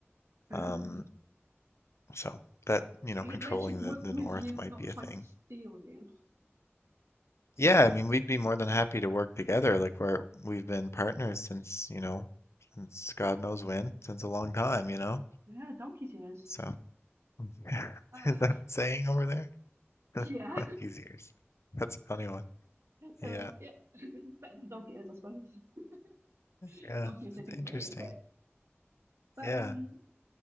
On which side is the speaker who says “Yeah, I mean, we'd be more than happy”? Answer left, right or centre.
Left